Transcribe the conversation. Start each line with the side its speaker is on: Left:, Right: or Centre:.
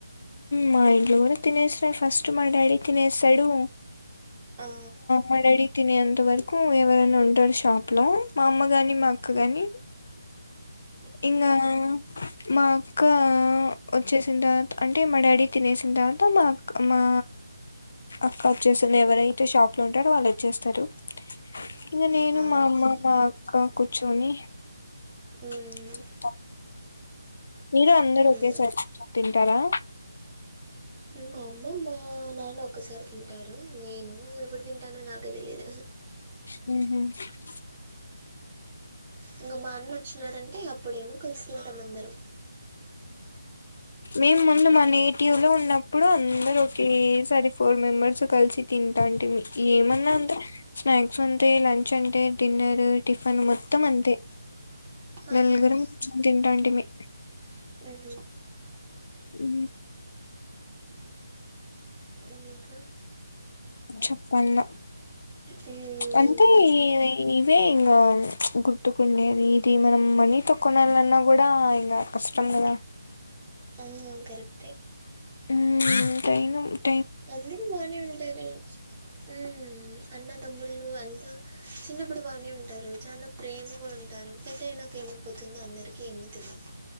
Left: మా ఇంట్లో కూడా తినేసినారు ఫస్ట్ మా డాడీ తినేస్తాడు
Right: ఆ
Left: మా డాడీ తినేంత వరకు ఎవరనా ఉంటారు షాప్ లో మా అమ్మ గాని మా అక్క కానీ
Right: <inaudible>
Left: ఇంకా మా అక్క వచ్చేసి తర్వాత అంటే మా డాడీ తినేసింది తర్వాత మా అ మా అక్క వచ్చేసింది ఎవరైతే షాప్ లో ఉంటారో వాళ్ళు వచ్చేస్తారు
Right: <inaudible>
Left: ఇంకా నేను
Right: ఆ
Left: మా
Right: అంతేలే
Left: అమ్మ మా అక్క కూర్చొని
Right: మ్మ్
Left: <inaudible> మీరు అందరు
Right: మ్మ్
Left: ఒకేసారి తింటారా
Right: మా అమ్మ మా నాన్న ఒక్కసారి తింటారు నేను ఎప్పుడు తింటానో నాకే తెలీదు
Left: ఉహ
Right: ఇంకా మా అన్న వచ్చినాడంటే అప్పుడేమో కలిసి తింటాం అందరం
Left: మేము ముందు మా నేటియలో ఉన్న అప్పుడు అందరు ఒకేసారి ఫోర్ మెంబర్స్ కలిసి తింటాంటే ఏమన్నా ఉంద స్నాక్స్ అంతే లంచ్ అంటే డిన్నర్ టిఫిన్ మొత్తం అంతే
Right: ఆహా
Left: నలుగురుం కూర్చొని తింటాంటిమీ
Right: ఆహ
Left: ఉ
Right: ఇంకా
Left: చెప్పల్ల
Right: మ్మ్
Left: అంటే అదే ఇంకా గుర్తుకుండేది ఇది మనం మనీతో కొనాలన్నా కూడా ఇంకా కష్టం కదా
Right: ఆ కరెక్టే
Left: హ్మ్మ్
Right: అందరూ బానే ఉంటారు ఉ అన్న తమ్ముళ్ళు అంతా చిన్నప్పుడు బానే ఉంటారు చాలా ప్రేమ ఉంటారు పెద్ద అయినాక ఏమైపోతుందో అందరికీ ఏమో తెలియదు